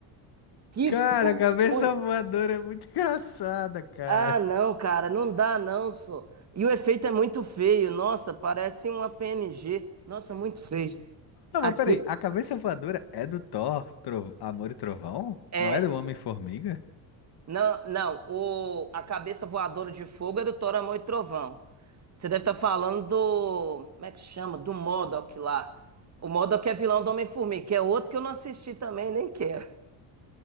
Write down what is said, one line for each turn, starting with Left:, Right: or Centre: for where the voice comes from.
Right: Que
Left: Cara,
Right: filme
Left: a cabeça
Right: ruim.
Left: voadora é muito <laughs> engraçada, cara.
Right: Ah, não, cara, não dá, não, só. E o efeito é muito feio. Nossa, parece uma PNG. Nossa, muito feio.
Left: Não,
Right: Aqui.
Left: mas peraí, a cabeça voadora é do Thor, Tro- Amor e Trovão?
Right: é,
Left: Não é do Homem-Formiga?
Right: Não, não, o, a cabeça voadora de fogo é do Thor, Amor e Trovão. Você deve estar falando do. Como é que chama? Do MODOK lá. O MODOK é vilão do Homem-Formiga, que é outro que eu não assisti também, nem quero.